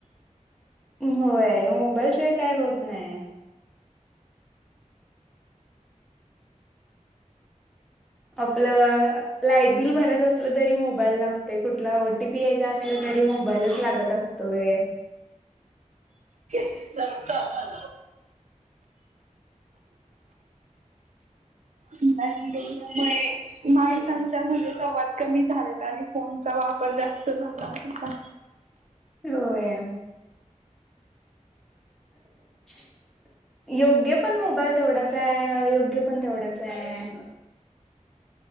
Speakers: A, in the centre; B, on the right.
A: होय, मोबाईल शिवाय काय होत नाय. आपलं लाईट बिल भरायचं असलं तरी मोबाईल लागतोय, कुठला ओटीपी यायचा असलं तरी मोबाईलच लागतं अस तो एक
B: <unintelligible> <unintelligible> मुळे माणसांच्या मध्ये संवाद कमी झालेत आणि फोनचा वापर जास्त झालाय का?
A: होय. <unintelligible> योग्य पण मोबाईल तेवढाच हाय, अयोग्य पण तेवढाच हाय.